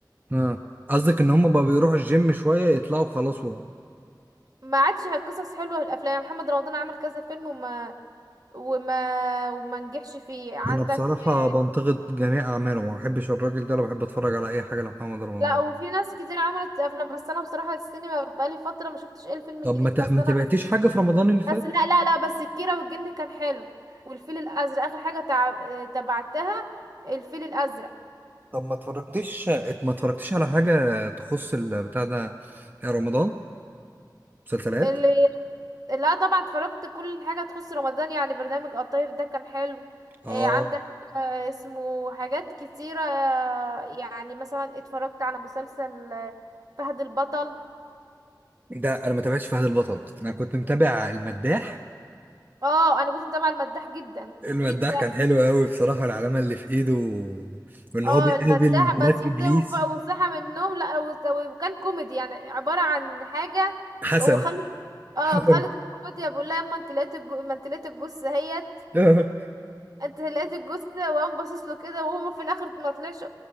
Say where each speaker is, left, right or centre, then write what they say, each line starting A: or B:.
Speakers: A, on the right (about 25°); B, on the right (about 55°).
A: اه قصدك ان هم بقى بيروحوا الجيم شويه يطلعوا خلاص و...
B: ما عادش قصص حلوة في الأفلام محمد رمضان عمل كذا فيلم وما وما وما نجحش فيه عندك
A: انا بصراحه
B: آه،
A: بنتقد جميع اعماله ما بحبش الراجل ده انا بحب اتفرج على اي حاجه لمحمد رمضان
B: لا وفي ناس كتير عملت أفلام بس أنا بصراحة السينما بقالي فترة ما شفتش ايه الفيلم
A: طب
B: الجديد
A: ما ت...
B: بس
A: ما
B: أنا
A: تبعتيش حاجه في رمضان اللي فات
B: بس لا لا لا بس الكيرة والجن كان حلو والفيل الأزرق آخر حاجة تع- تبعتها الفيل الأزرق
A: طب ما اتفرجتش ما اتفرجتيش على حاجه تخص البتاع ده رمضان مسلسلات
B: اللي لا طبعا اتفرجت كل حاجة تخص رمضان يعني برنامج الطيف ده كان حلو
A: اه
B: آه، عندك آه، اسمه حاجات كتيرة آه، يعني مثلا اتفرجت على مسلسل آه، فهد البطل
A: ده انا ما تابعتش فهد البطل انا كنت متابع المداح
B: اه انا كنت متابعة المداح جدا
A: المداح
B: جدا
A: كان حلو قوي بصراحه العلامه اللي في ايده وان
B: اه
A: هو بيقابل
B: المداح
A: بنات
B: بس
A: ابليس
B: وط- وف- وصحى من النوم لا وز- وكان كوميدي يعني عبارة عن حاجة
A: حسن
B: هو خالد اه
A: حسن
B: خالد الكوميديا بيقول لها اما انت لقيت الج... ما انت لقيت الجثة اهيت
A: <laughs> آه،
B: انت لقيت الجثة وقام باصص له كده وهو في الاخر ما طلعش